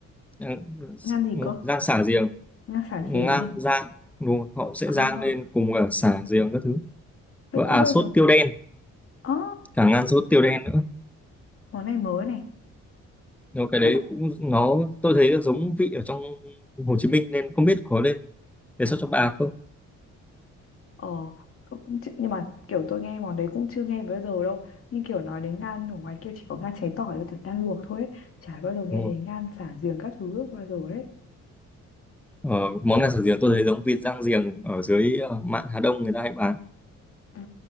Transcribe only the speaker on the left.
ngan gì
cơ?
Ngan xả
diển ấy hả?
À,
vậy
cũng
hơi
giống.
À,
món này mới này.
Tức là,
ờ, tôi cũng chưa- nhưng mà kiểu tôi nghe món đấy cũng chưa nghe bao giờ đâu. Nhưng kiểu nói đến ngan ở ngoài kia chỉ có ngan cháy tỏi với cả ngan luộc thôi ấy. Chả bao giờ nghe
thấy ngan xả giềng các thứ bao giờ ấy.
Ừ.
À,